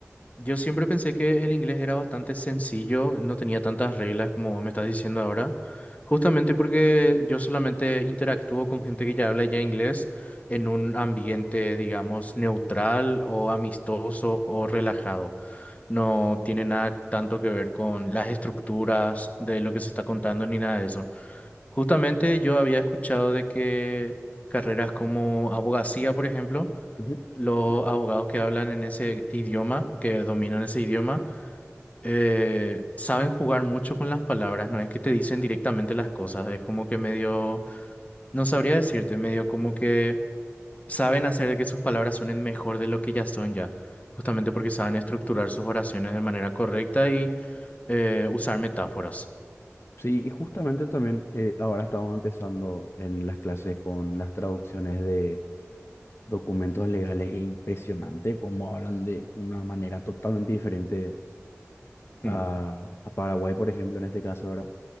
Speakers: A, on the left; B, on the left.
A: Yo siempre pensé que el inglés era bastante sencillo, no tenía tantas reglas como vos me estás diciendo ahora, justamente porque yo solamente interactúo con gente que ya habla ya inglés en un ambiente, digamos, neutral o amistoso o relajado. No tiene nada tanto que ver con las estructuras de lo que se está contando ni nada de eso. Justamente yo había escuchado de que carreras como abogacía, por ejemplo,
B: Ujú.
A: los abogados que hablan en ese idioma, que dominan ese idioma, eh, saben jugar mucho con las palabras, no es que te dicen directamente las cosas, es como que medio, no sabría decirte, medio como que saben hacer de que sus palabras suenen mejor de lo que ya son ya, justamente porque saben estructurar sus oraciones de manera correcta y eh, usar metáforas.
B: Sí, y justamente también eh, ahora estamos empezando en las clases con las traducciones de documentos legales es impresionante cómo hablan de una manera totalmente diferente a,
A: Mm,
B: a Paraguay, por ejemplo, en este caso, ahora,